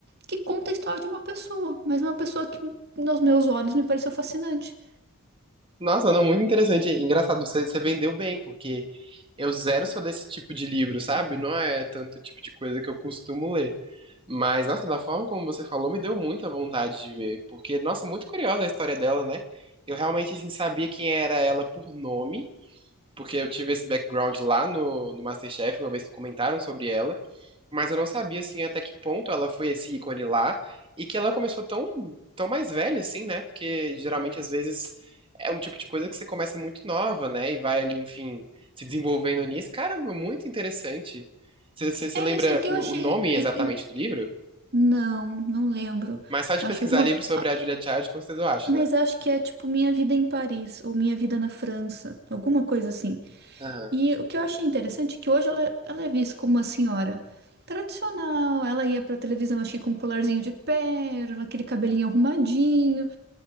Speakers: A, on the right; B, on the right.
A: que conta a história de uma pessoa, mas uma pessoa que, nos meus olhos, me pareceu fascinante.
B: Nossa, não, muito interessante. Engraçado, você, você vendeu bem, porque eu zero sou desse tipo de livro, sabe? Não é tanto tipo de coisa que eu costumo ler. Mas, nossa, da forma como você falou, me deu muita vontade de ver. Porque, nossa, muito curiosa a história dela, né? Eu realmente, assim, sabia quem era ela por nome. porque eu tive esse background lá no, no MasterChef, uma vez que comentaram sobre ela, mas eu não sabia, assim, até que ponto ela foi esse ícone lá e que ela começou tão, tão mais velha, assim, né? Porque geralmente, às vezes, é um tipo de coisa que você começa muito nova, né? E vai ali, enfim, se desenvolvendo nisso. Caramba, muito interessante. Você você- você
A: É
B: lembra
A: esse que
B: o,
A: eu achei.
B: o nome
A: em-
B: exatamente
A: em-
B: do livro?
A: Não, não lembro.
B: Mas só de
A: Acho
B: pesquisar
A: alguma.
B: livro sobre
A: ah,
B: a Julia Child, com certeza eu acho,
A: Mas
B: né?
A: acho que é tipo Minha Vida em Paris ou Minha Vida na França, alguma coisa assim.
B: Aham,
A: E o que eu achei interessante é que hoje ela, é, ela é vista como uma senhora tradicional. Ela ia pra televisão, acho que com um colarzinho de pérola, aquele cabelinho arrumadinho.